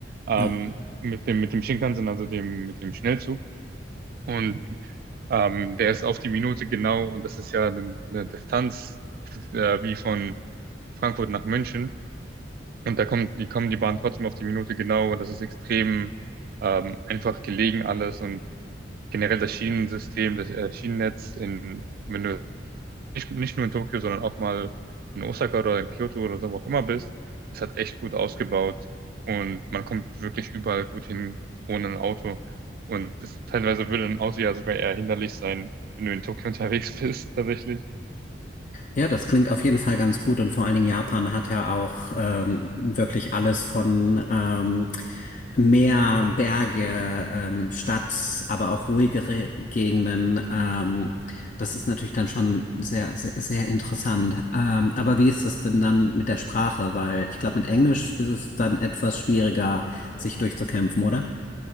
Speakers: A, on the right (about 55°); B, on the left (about 45°).
A: ähm,
B: Ja.
A: mit dem, mit dem Shinkansen, also dem, mit dem Schnellzug. Und ähm, der ist auf die Minute genau und das ist ja eine, eine Distanz äh, wie von Frankfurt nach München. Und da kommt, die kommen die Bahn trotzdem auf die Minute genau und das ist extrem ähm, einfach gelegen alles und generell das Schienensystem, das äh, Schienennetz in, wenn du nicht, nicht nur in Tokio, sondern auch mal in Osaka oder in Kyoto oder so, wo auch immer bist, ist halt echt gut ausgebaut und man kommt wirklich überall gut hin ohne ein Auto. Und das, teilweise würde ein Auto ja sogar eher hinderlich sein, wenn du in Tokio <laughs> unterwegs bist, tatsächlich.
B: Ja, das klingt auf jeden Fall ganz gut und vor allen Dingen Japan hat ja auch ähm, wirklich alles von ähm, Meer, Berge, ähm, Stadt, aber auch ruhigere Gegenden. Ähm, das ist natürlich dann schon sehr, sehr, sehr interessant. Ähm, aber wie ist das denn dann mit der Sprache? Weil ich glaube, mit Englisch ist es dann etwas schwieriger, sich durchzukämpfen, oder?